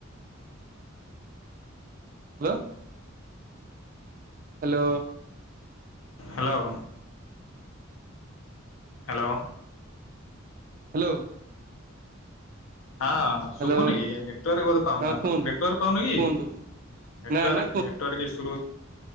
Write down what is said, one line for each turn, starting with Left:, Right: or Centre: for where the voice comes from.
Right: hello. Hello
Left: hello hello
Right: hello
Left: ହଁ ଶୁଭୁନି
Right: ହ୍ୟାଲୋ
Left: କି ନେଟାର୍କ ବୋଧେ
Right: ହଁ
Left: ପାଉନି ନା କଣ
Right: କୁହନ୍ତୁ
Left: ନେଟାର୍ ପାଉନି କି?
Right: କୁହନ୍ତୁ
Left: ନେଟୱାର୍କ
Right: ନା ନା
Left: ନେଟୱାର୍କ ଈସୁ